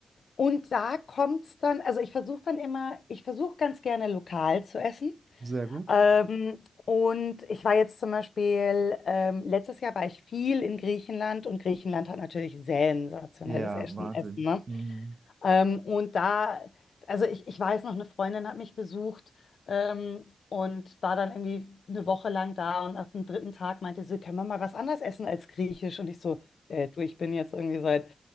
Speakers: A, on the left; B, on the right.
A: Und da kommt es dann, also ich versuche dann immer, ich versuche ganz gerne lokal zu essen.
B: Sehr gut.
A: Ähm, und ich war jetzt zum Beispiel, ähm, letztes Jahr war ich viel in Griechenland und Griechenland hat natürlich sensationelles
B: Ja,
A: Essen.
B: Wahnsinn.
A: Essen, ne?
B: Hm.
A: Ähm, und da, also ich, ich weiß noch, eine Freundin hat mich besucht ähm, und war dann irgendwie eine Woche lang da und nach dem dritten Tag meinte sie, können wir mal was anderes essen als Griechisch? Und ich so, äh, du, ich bin jetzt irgendwie seit